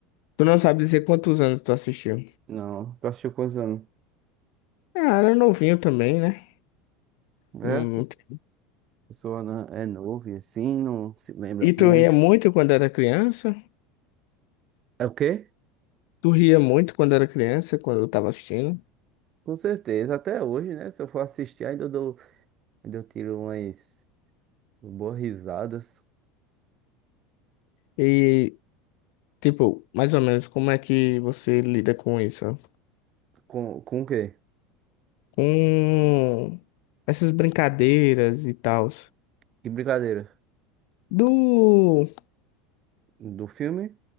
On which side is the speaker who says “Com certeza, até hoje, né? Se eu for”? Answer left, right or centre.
Right